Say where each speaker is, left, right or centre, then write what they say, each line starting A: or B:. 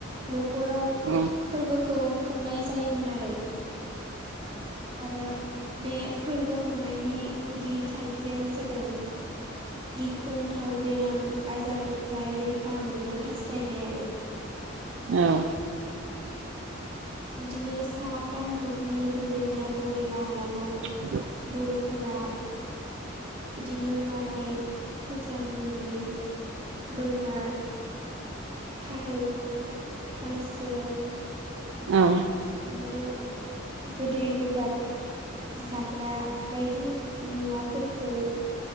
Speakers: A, on the right (about 25°); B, on the right (about 70°).
A: न'खराव
B: औ
A: फोरबोखौ खुंनाय जायोमोन आरो आरो बे फोरबो खुंनायनि गुदि थांखियानो जादों गिख्रंथाव बेराम आजारनिफ्राय रैखा मोननो हास्थायनाय आरो
B: औ
A: बिदिनो सा कामरुपनि बबेबा बबेबा हालामाव
B: <inaudible>
A: बर'फोरा बिदिनो माराय फुजानि मुङै बोरमा, फारौ, हांसो
B: औ।
A: बिदिनो गोदै गोबाब। जाग्रा बायदि मुवाफोरखौ